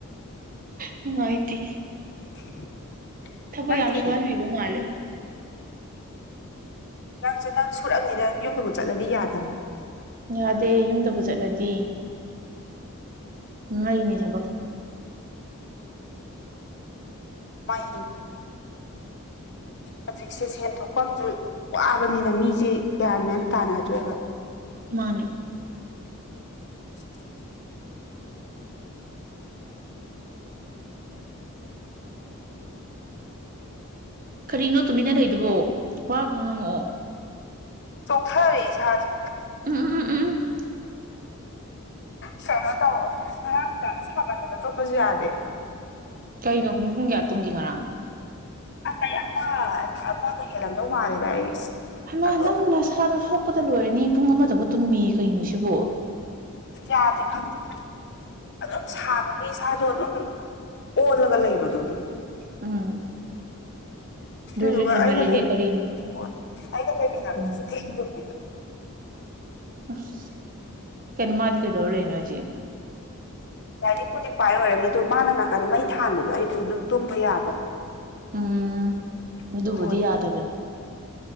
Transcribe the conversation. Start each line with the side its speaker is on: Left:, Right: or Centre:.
Right: ꯅꯨꯡꯉꯥꯏꯇꯦ
Left: <unintelligible>
Right: ꯊꯕꯛ
Left: ꯅꯪꯗꯤ
Right: ꯌꯥꯝ ꯁꯨꯍꯟꯕꯤꯕ ꯃꯥꯜꯂꯦ
Left: ꯅꯪꯖꯨ ꯅꯪ ꯁꯨꯔꯝꯅꯤꯗ ꯌꯨꯝꯗꯕꯨ ꯆꯠꯂꯗꯤ ꯌꯥꯗꯃꯤ
Right: ꯌꯥꯗꯦ ꯌꯨꯝꯗꯕꯨ ꯆꯠꯂꯗꯤ ꯃꯩꯅꯤ ꯊꯕꯛꯁꯦ
Left: ꯃꯩꯅꯤ ꯍꯧꯖꯤꯛꯁꯦ ꯁꯦꯟꯊꯣꯛꯄꯝꯖꯨ ꯋꯥꯕꯅꯤꯅ ꯃꯤꯖꯦ ꯒ꯭ꯌꯥꯟ ꯃꯦꯟ ꯑꯝ ꯇꯥꯅꯗ꯭ꯔꯦꯕ
Right: ꯃꯥꯅꯦ
Left: <unintelligible>
Right: ꯀꯔꯤꯅꯣ ꯇꯨꯃꯤꯟꯅ ꯂꯩꯗꯨꯕꯣ ꯋꯥꯒ ꯈꯔ ꯉꯪꯉꯛꯑꯣ
Left: ꯆꯣꯛꯊꯔꯦ ꯏꯁꯥꯥꯖꯦ
Right: ꯎꯝ ꯎꯝ ꯎꯝ ꯎꯝ
Left: ꯀꯩꯅꯣ ꯇꯧꯋꯣ ꯉꯔꯥꯡ ꯅꯨꯡꯗꯥꯡꯖꯨ ꯁꯥꯃꯟꯗꯅ ꯇꯨꯝꯕꯁꯨ ꯌꯥꯗꯦ
Right: ꯀꯩꯅꯣ ꯍꯨꯡꯍꯨꯡ ꯀꯌꯥ ꯇꯨꯝꯒꯦ ꯉꯔꯥꯡ
Left: ꯑꯁ ꯑꯩ ꯑꯃ ꯑꯃꯒ ꯍꯦꯜꯂꯝꯗꯧ ꯃꯥꯜꯂꯤꯗ ꯑꯩ
Right: ꯍꯩꯃꯥ
Left: ꯑꯗꯨꯝ
Right: ꯅꯪ ꯅꯁꯥꯗꯣ ꯁꯣꯛꯄꯗ ꯂꯣꯏꯔꯅꯤ ꯄꯨꯡ ꯑꯃꯗꯕꯨ ꯇꯨꯝꯃꯤꯌꯦ ꯀꯩꯅꯣ ꯁꯤꯕꯨ
Left: ꯌꯥꯗꯦ ꯈꯪꯗꯦ ꯑꯗꯨꯝ ꯁꯥꯕꯒꯤ ꯏꯁꯥꯖꯨ ꯑꯗꯨꯝ ꯑꯣꯜꯂꯒ ꯂꯩꯕꯗꯣ ꯑꯗꯨꯒꯤ
Right: ꯎꯝ
Left: ꯑꯗꯨꯗꯨꯒ
Right: ꯑꯗꯨꯁꯨ ꯍꯦꯟꯃꯜꯂꯦꯍꯦ
Left: ꯑꯩꯒ ꯂꯩ
Right: ꯀꯔꯤꯅꯣ
Left: ꯍꯣꯏ ꯑꯩꯒ ꯂꯩꯃꯤꯟꯅꯕꯗꯨꯁꯨ
Right: ꯎꯝ
Left: ꯊꯦꯡ ꯇꯨꯝꯕꯤꯗꯣ
Right: ꯑꯁ ꯀꯩꯅꯣ ꯃꯥꯗꯤ ꯀꯩꯗꯧꯔ ꯂꯩꯅꯣ ꯍꯥꯏꯁꯦ
Left: ꯂꯥꯏꯔꯤꯛꯄꯨꯗꯤ ꯄꯥꯏ ꯑꯣꯏꯔꯝꯅꯤ ꯑꯗꯣ ꯃꯥꯅ ꯅꯥꯀꯟꯗ ꯃꯩ ꯊꯥꯟꯕꯗꯣ ꯑꯩꯗꯣ ꯑꯗꯨꯝ ꯇꯨꯝꯕ ꯌꯥꯗꯕꯗꯣ
Right: ꯎꯝ ꯑꯗꯨꯕꯨꯗꯤ
Left: ꯑꯗꯨ ꯑꯣꯏ
Right: ꯌꯥꯗꯕꯅꯤ